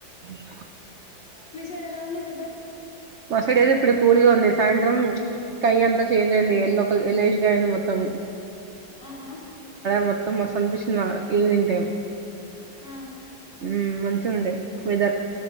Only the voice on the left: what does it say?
మీ సైడ్ ఎలా ఉంది వెదర్
ఆహా
ఆ